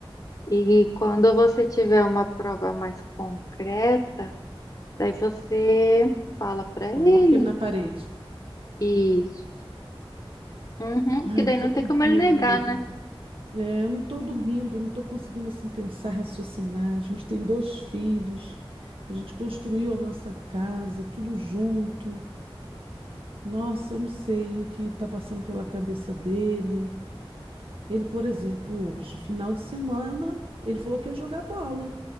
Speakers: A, on the left; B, on the right.
A: E quando você tiver uma prova mais concreta, daí você fala pra
B: coloco
A: ele.
B: ele na parede?
A: Isso. Uhum,
B: Ai,
A: que daí
B: não tô
A: não tem
B: nem
A: como
B: dormindo,
A: ele negar,
B: amiga.
A: né?
B: É, eu não tô dormindo, não tô conseguindo assim pensar, raciocinar. A gente tem dois filhos, a gente construiu a nossa casa, tudo junto. Nossa, eu não sei o que está passando pela cabeça dele. Ele, por exemplo, hoje, final de semana, ele falou que ia jogar bola.